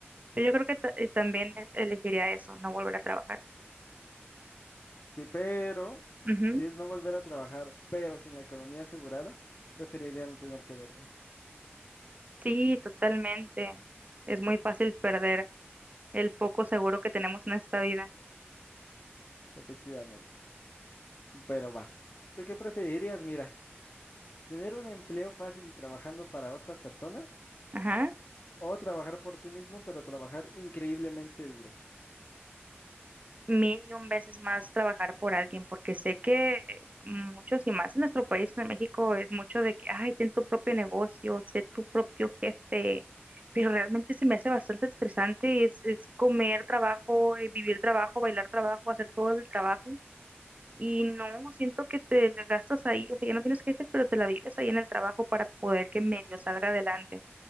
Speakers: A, on the left (about 45°); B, on the right (about 35°).
A: Sí.
B: pues yo creo que ta- eh, también e- elegiría eso, no volver a trabajar.
A: Sí, pero
B: Ujú.
A: si es no volver a trabajar, pero sin la economía asegurada, preferiría no tener que dormir,
B: Sí, totalmente. Es muy fácil perder el poco seguro que tenemos en esta vida.
A: efectivamente. Pero va. ¿Tú qué preferirías? Mira, tener un empleo fácil trabajando para otra persona
B: Ajá.
A: o trabajar por ti mismo, pero trabajar increíblemente duro.
B: mil y un veces más trabajar por alguien, porque sé que muchos y más en nuestro país, en México, es mucho de que, ay, ten tu propio negocio, sé tu propio jefe, pero realmente se me hace bastante estresante, es, es comer trabajo, eh, vivir trabajo, bailar trabajo, hacer todo el trabajo, y no, siento que te la gastas ahí, o sea, ya no tienes jefe, pero te la vives ahí en el trabajo para poder que medio salga adelante